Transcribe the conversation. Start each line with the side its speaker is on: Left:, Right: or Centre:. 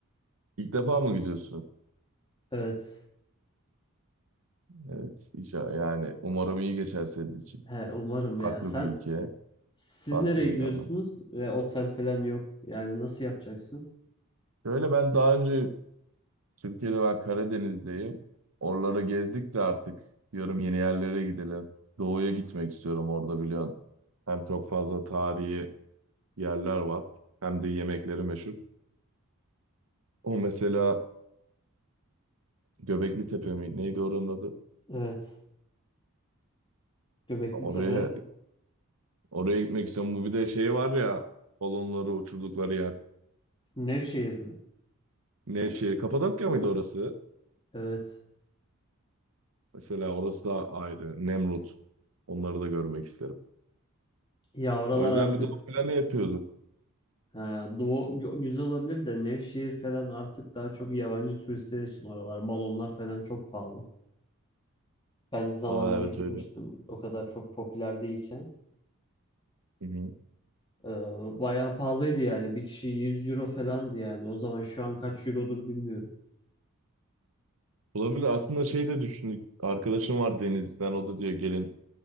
Right: ilk defa mı gidiyorsun?
Left: Evet.
Right: Evet. inşa- Yani umarım iyi geçer senin için.
Left: He, umarım
Right: Farklı
Left: ya. Sen
Right: bir ülke,
Left: siz
Right: farklı
Left: nereye
Right: heyecanlar.
Left: gidiyorsunuz? Ve otel falan yok. Yani nasıl yapacaksın?
Right: Şöyle ben daha önce Türkiye'de ben Karadeniz'deyim. Oraları gezdik de artık diyorum yeni yerlere gidelim. Doğu'ya gitmek istiyorum orada biliyorsun. Hem çok fazla tarihi yerler var hem de yemekleri meşhur. O mesela Göbekli Tepe mi? Neydi oranın adı?
Left: Evet. Göbekli
Right: Oraya
Left: Tepe.
Right: oraya gitmek istiyorum. Bu bir de şey var ya balonları uçurdukları yer.
Left: Nevşehir mi?
Right: Nevşehir, Kapadokya mıydı orası?
Left: Evet.
Right: Mesela orası da ayrı. Nemrut. Onları da görmek isterim.
Left: Ya oralar
Right: O yüzden
Left: artık
Right: bir doğu planı yapıyorduk.
Left: Ha, Doğu gö- güzel olabilir de Nevşehir falan artık daha çok yabancı turistler için oralar. Balonlar falan çok pahalı. Ben zamanında
Right: Aa evet
Left: gitmiştim.
Right: öyle.
Left: O kadar çok popüler değilken.
Right: Hı hı.
Left: Ee, bayağı pahalıydı yani. Bir kişi 100 euro falandı yani. O zaman şu an kaç eurodur bilmiyorum.
Right: Olabilir. Aslında şey de düşündük. Arkadaşım var Denizli'den. O da diyor gelin